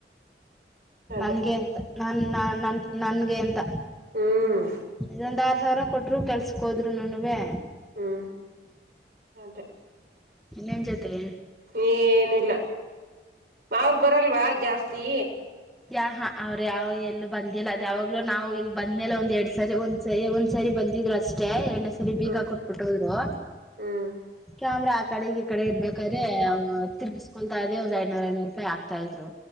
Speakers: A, on the right (about 55°); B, in the centre.
A: ಅದೇ
B: ನನ್ಗೆ ಅಂತ. ನಮ್ ನಾ ನಮ್ಗೆ. ನನ್ಗೆ ಅಂತ.
A: ಹ್ಮ್
B: ಇದೊಂದ್ ಆರ್ ಸಾವಿರ ಕೊಟ್ರು ಕೆಲ್ಸಕ್ ಹೋದ್ರುನುನುವೇ.
A: ಹ್ಮ್ ಅದೆ.
B: ಇನ್ನೇನ್ ಜೊತಿ.
A: ಏನು ಇಲ್ಲ. ಅವ್ರ ಬರಲ್ವಾ ಜಾಸ್ತಿ.
B: ಯಾ ಹಾ ಅವ್ರು ಯಾವ ಎಲ್ಲ ಬಂದಿಲ್ಲ ಅದ ಯಾವಾಗಲೂ ನಾವು ಇಲ್ ಬಂದ್ಮೇಲೆ ಒಂದ್ ಎರಡ್ ಸಾರಿ ಒಂದ್ ಸರಿ ಒಂದ್ಸರಿ ಬಂದಿದ್ರು. ಅಷ್ಟೇ ಎರುಡ್ನೆ ಸರಿ ಬೀಗ
A: ಹ್ಮ್
B: ಕೊಟ್ಬಿಟ್ಟ ಹೋದ್ರು.
A: ಹ್ಮ್
B: ಕ್ಯಾಮ್ರಾ ಆ ಕಡೆಗೆ ಈ ಕಡೆ ಇರ್ಬೇಕಾದ್ರೆ ತಿರ್ಸ್ಕೊತಾ ಇದ್ದೆ ಒಂದು ಐನೂರ ಐನೂರು ರೂಪಾಯಿ ಹಾಕ್ತಾ ಇದ್ರು.